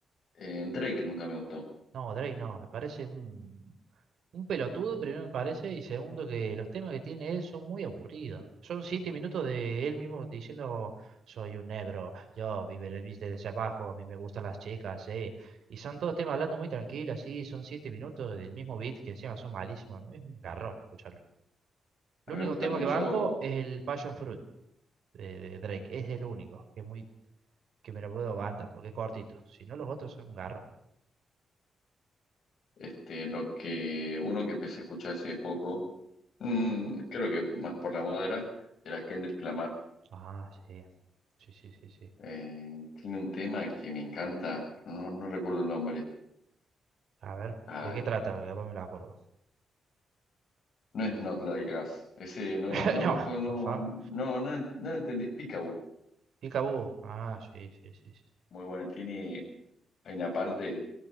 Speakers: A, on the left (about 65°); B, on the right (about 65°).
A: Eh, Drake nunca me gustó.
B: No, Drake no, me parece un Un pelotudo, primero me parece, y segundo que los temas que tiene él son muy aburridos. Son siete minutos de él mismo diciendo, soy un negro, yo vive viste desde abajo, a mí me gustan las chicas, eh. Y son todos temas hablando muy tranquilos, así, son siete minutos del mismo beat que encima son malísimos. Es un garrón escucharlo. El
A: A
B: único
A: mí me gusta
B: tema
A: mucho
B: que banco es el Passion Fruit de, de Drake, es el único, que es muy, que me lo puedo aguantar, porque es cortito. Si no, los otros son un garrón.
A: este, lo que uno que empecé a escuchar hace poco, mm, creo que más por la moda era, era Kendrick Lamar.
B: Ah, sí. Sí, sí, sí, sí.
A: Eh, tiene un tema que me encanta, no, no recuerdo el nombre.
B: A ver,
A: Ay,
B: ¿de qué trata? Porque capaz me lo acuerdo.
A: no es Not Like Us. Ese no,
B: <laughs>
A: no
B: No,
A: lo co- no,
B: por favor.
A: no, no, no lo entendí. Peekaboo.
B: Peekaboo. Ah, sí, sí, sí, sí.
A: Muy bueno. Tiene, hay una parte